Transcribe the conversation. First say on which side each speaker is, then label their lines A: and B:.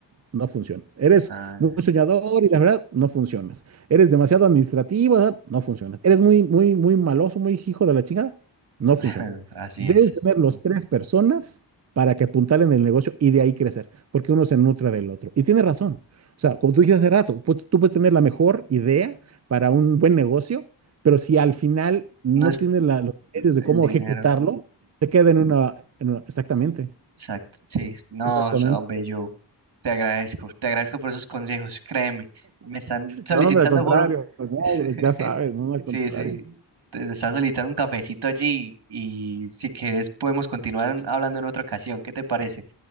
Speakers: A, on the right; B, on the right.
A: no funciona. Eres
B: Ah,
A: muy
B: ya.
A: soñador y la verdad, no funcionas. Eres demasiado administrativo, la verdad, no funciona. Eres muy, muy, muy maloso, muy hijo de la chingada, no
B: <laughs>
A: funciona.
B: así
A: Debes
B: es.
A: tener los tres personas para que apuntalen el negocio y de ahí crecer, porque uno se nutre del otro. Y tiene razón. O sea, como tú dijiste hace rato, pu- tú puedes tener la mejor idea para un buen negocio, pero si al final no
B: No es
A: tienes la- los medios
B: el
A: de cómo
B: dinero,
A: ejecutarlo, te queda en una, en una- Exactamente,
B: exacto, sí, no,
A: exactamente.
B: hombre, yo te agradezco, te agradezco por esos consejos, créeme, me están solicitando
A: No, hombre, al contrario,
B: por un...
A: no,
B: <laughs>
A: ya sabes, no, al
B: Sí,
A: contrario.
B: sí, te- me están solicitando un cafecito allí y si quieres podemos continuar hablando en otra ocasión, ¿qué te parece?